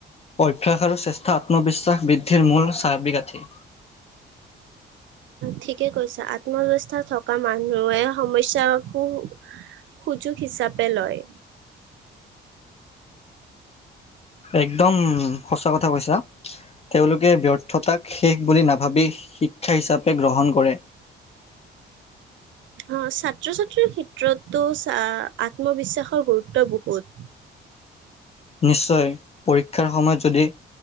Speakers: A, on the left; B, on the right.
A: অভ্যাস আৰু শ্ৰেষ্টা, আত্মবিশ্বাস বৃদ্ধিৰ মূল চাবি কাঠি।
B: ঠিকে কৈছা। আত্মবিশ্বাস থকা মানুহে সমস্যাকো সুযোগ হিচাপে লয়।
A: একদম সঁচা কথা কৈছা। তেওঁলোকে ব্যৰ্থতাক শেষ বুলি নাভাবি শিক্ষা হিচাপে গ্ৰহণ কৰে।
B: অ' ছাত্ৰ-ছাত্ৰীৰ ক্ষেত্ৰতো আত্মবিশ্বাসৰ গুৰুত্ব বহুত।
A: নিশ্চয়। পৰীক্ষাৰ সময়ত যদি